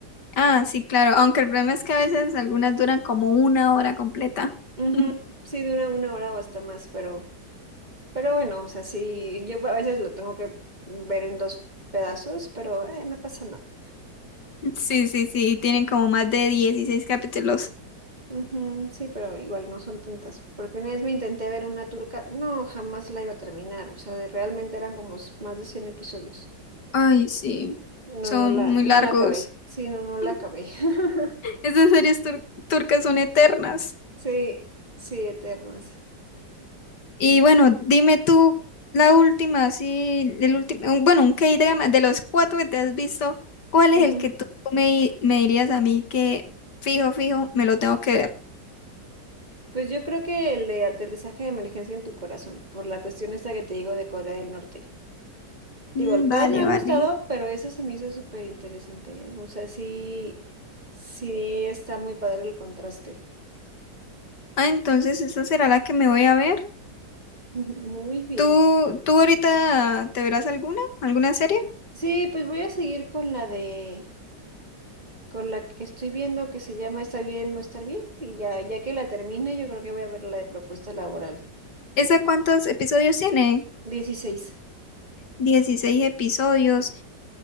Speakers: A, on the left; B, on the right.
A: Ah, sí, claro, aunque el problema es que a veces algunas duran como una hora completa.
B: Ujú,
A: <laughs>
B: Sí, de una, una hora o hasta más, pero... Pero bueno, o sea, sí, yo a veces lo tengo que ver en dos pedazos, pero eh, no pasa nada.
A: Sí, sí, sí, tienen como más de 16 capítulos.
B: Ujú, sí, pero igual no son tantas. Porque una vez me intenté ver una turca, no, jamás la iba a terminar. O sea, de- realmente eran como s- más de 100 episodios.
A: Ay, sí,
B: No,
A: son
B: no la,
A: muy
B: no
A: largos.
B: la acabé. Sí, no, no la
A: <laughs>
B: acabé. <laughs>
A: Esas series tur- turcas son eternas.
B: Sí, sí, eternas.
A: Y bueno, dime tú la última, así, el último, un- bueno, un K-drama, de los cuatro que te has visto, ¿cuál
B: Ujú.
A: es el que tú me, di- me dirías a mí que fijo, fijo, me lo tengo que ver?
B: Pues yo creo que el de aterrizaje de emergencia en tu corazón, por la cuestión esta que te digo de Corea del Norte.
A: Mm,
B: Digo, todas
A: vale,
B: me han
A: vale.
B: gustado, pero esa se me hizo súper interesante, ¿eh? O sea, sí, sí está muy padre el contraste.
A: Ah, entonces esa será la que me voy a ver.
B: <laughs> Muy bien.
A: ¿Tú, tú ahorita te verás alguna, alguna serie?
B: Sí, pues voy a seguir con la de, con la que estoy viendo que se llama Está bien no estar bien. Y ya, ya que la termine, yo creo que voy a ver la de propuesta laboral.
A: ¿Esa cuántos episodios tiene?
B: 16.
A: 16 episodios.